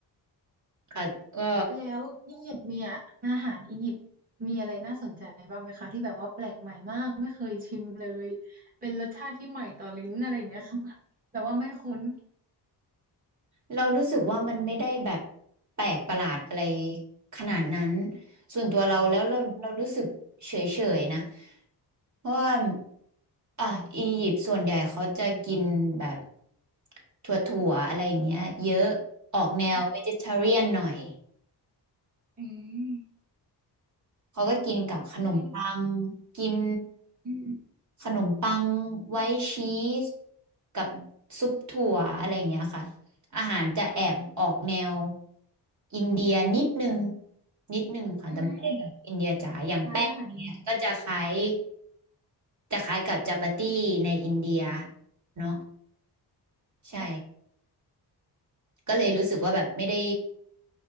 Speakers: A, on the right; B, on the right.
A: ค่ะก็
B: แล้วอียิปต์มีอะอาหารอียิปต์มีอะไรน่าสนใจบ้างไหมคะที่แบบว่าแปลกใหม่มากไม่เคยชิมเลยเป็นรสชาติที่ใหม่ต่อลิ้นอะไรอย่างเงี้ยค่ะแต่ว่าไม่คุ้น
A: เรารู้สึกว่ามันไม่ได้แบบแปลกประหลาดอะไรขนาดนั้นส่วนตัวเราแล้วเราเรารู้สึกเฉยๆนะเพราะว่าอ่ะอียิปต์ส่วนใหญ่เขาจะกินแบบถั่วๆอะไรอย่างเงี้ยเยอะออกแนว
B: อืม
A: vegetarian หน่อย
B: อืม
A: เขาก็กินกับขนมปัง
B: เรายัง
A: กิน
B: อืม
A: ขนมปังไว้ชีสกับซุปถั่วอะไรอย่างเงี้ยค่ะอาหารจะแอบออกแนวอินเดียนิดนึงนิดนึงค่ะแต่ไม่ได้แบบอินเดียจ๋าอย่างแป้งอย่างเงี้ยก็จะคล้าย
B: อืมคล้ายอาหารอินเดีย
A: จะคล้ายกับจาปาตี้ในอินเดียเนาะใช่
B: แบบ
A: ก็เลยรู้สึกว่าแบบไม่ได้